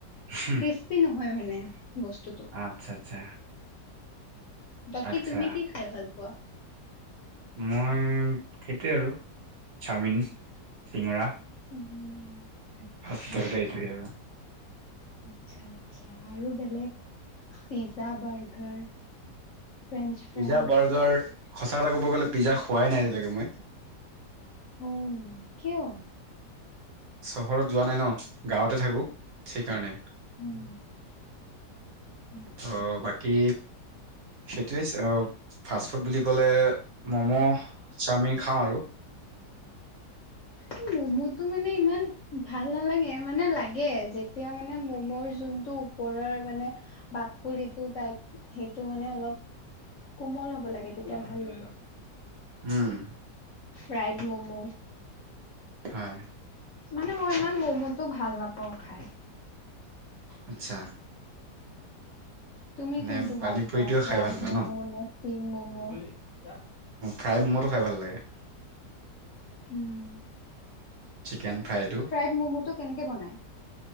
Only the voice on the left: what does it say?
ক্ৰৃস্পি নহয় মানে বস্তুটো।
বাকী
তুমি কি খাই ভাল পোৱা
চাওমিন। আচ্ছা
আচ্ছা আচ্ছা আৰু বেলেগ pizza burger French fries
অঁ, কিয়?
উম। আচ্ছা
<inaudible>
উ মমোটো মানে ইমান ভাল নালাগে মানে লাগে যেতিয়া মানে মমৰ যোনটো ওপৰৰ মানে, কাকটো টাইপ সেইটো মানে অলপ কোমল হ'ব লাগে তেতিয়া ভাল লাগে।
ফ্ৰাইড মমো
মানে মই ইমান মমোটো ভাল নাপাওঁ খাই।
তুমি
কোনটো
ভাল পোৱা
ফ্ৰাইড
মম' ন চ মম'
উম।
ফ্ৰাইড ম'মোটো কেনেকে বনাই?